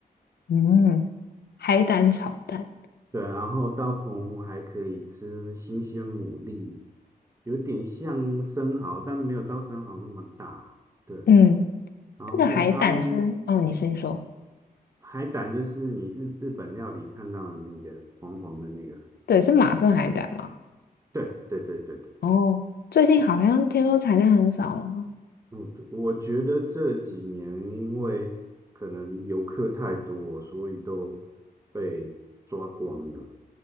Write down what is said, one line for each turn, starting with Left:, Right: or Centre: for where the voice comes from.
Left: 嗯，海胆炒蛋，
Right: 对，然后到澎湖还可以吃新鲜牡蛎，有点像生蚝，但没有到生蚝那么大。对，
Left: 嗯，
Right: 然后他们
Left: 那个海胆是，哦，你先说，
Right: 海胆就是你日日本料理看到的那个黄黄的那个。
Left: 对，是马粪海胆吗？
Right: 对对对对对，
Left: 哦，最近好像听说产量很少了，
Right: 我我觉得这几年因为可能游客太多，所以都被抓光了，